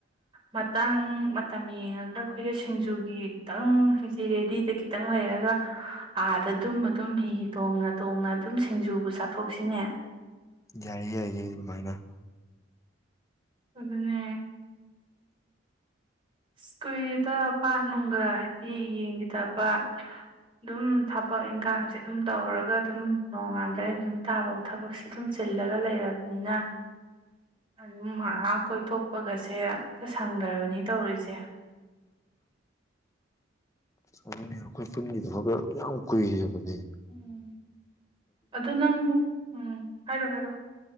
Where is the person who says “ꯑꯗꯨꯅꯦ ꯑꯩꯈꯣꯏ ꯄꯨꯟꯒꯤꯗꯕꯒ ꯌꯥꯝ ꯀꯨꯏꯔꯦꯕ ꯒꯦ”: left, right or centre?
Left